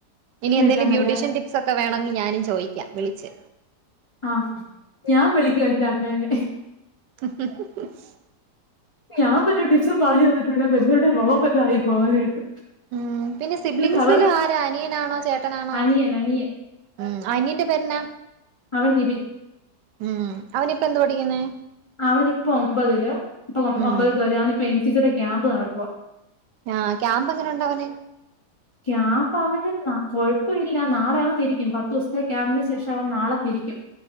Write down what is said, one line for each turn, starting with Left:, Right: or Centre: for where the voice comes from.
Right: ഇനി
Left: പിന്നെല്ലാം
Right: എന്തേലും ബ്യൂട്ടീഷ്യൻ
Left: നല്ല
Right: ടിപ്സ് ഒക്കെ വേണെങ്കിൽ ഞാനും ചോയിക്ക വിളച്ച്
Left: ആഹ് ഞാൻ വിളിക്കും എന്റെ അമ്മേനെ
Right: ഇഹ് ഇഹ് ഇഹ് ഹ്
Left: ഞാൻ വല്ല ടിപ്സും പാടി വന്നിട്ട് വേണം വല്ലോര്ടെ മൊഖം വല്ലൊആയി പോവാനായിട്ട്
Right: ഉം പിന്നെ സിബ്ലിംങ്സില്
Left: എന്നിട്ട് അവരുടെ
Right: ആരാ അനിയനാണോ ചേട്ടനാണോ
Left: അനിയൻ അനിയൻ
Right: ഉം അനിയന്റെ പേരന്നാ
Left: അവൻ നിബിൻ
Right: ഉം അവനിപ്പ എന്ത് പഠിക്ക്ന്നേ
Left: അവനിപ്പൊ ഒമ്പതില് ഇപ്പൊ ഒം
Right: ഉം
Left: ഒമ്പതിൽ കേറി അവനിപ്പാെ എൻ സി സി യ്ടെ ക്യാമ്പ് നടക്കുവാ
Right: ആഹ് ക്യാമ്പ് എങ്ങനെ ഉണ്ടവന്
Left: ക്യാമ്പവന് ന്നാ കൊഴപ്പാെ ഇല്ല നാളെ അവൻ തിരിക്കും പത്തൂസ്ത്തെ ക്യാമ്പിന് ശേഷം അവൻ നാളെ തിരിക്കും